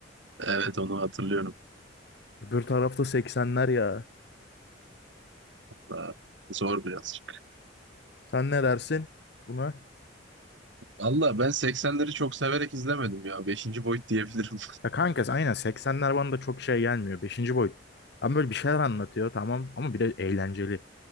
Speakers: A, on the right; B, on the left.
A: Evet onu hatırlıyorum.
B: Öbür tarafta seksenler ya.
A: Daha zor birazcık.
B: Sen ne dersin buna?
A: Valla ben 80'leri çok severek izlemedim ya. Beşinci boyut diyebilirim.
B: Ya kanka aynen seksenler bana da çok şey gelmiyor. Beşinci boyut. Ama böyle bir şeyler anlatıyor tamam ama bir de eğlenceli